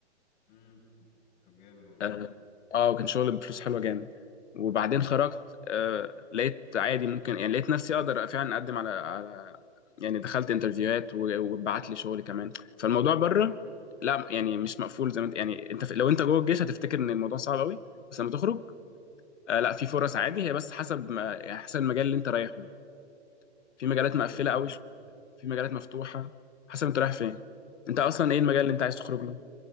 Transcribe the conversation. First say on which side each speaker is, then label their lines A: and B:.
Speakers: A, on the left (about 20°); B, on the left (about 85°).
A: امم طب جامد والله
B: اه آه، وكان شغل بفلوس حلوه جامد وبعدين
A: امم
B: خرجت آه لقيت عادي ممكن يعني لقيت نفسي اقدر فعلا اقدم على على يعني دخلت انترفيوهات و- واتبعت لي شغل كمان فالموضوع بره لا يعني مش مقفول زي ما انت يعني انت في- لو انت جوه الجيش هتفتكر ان الموضوع صعب قوي بس لما تخرج
A: امم
B: آه لا في فرص عادي هي بس حسب ما يعني حسب المجال اللي انت رايح له في مجالات
A: اه
B: مقفله
A: فاهم
B: قوي في مجالات مفتوحه حسب انت رايح فين انت اصلا ايه المجال اللي انت عايز تخرج له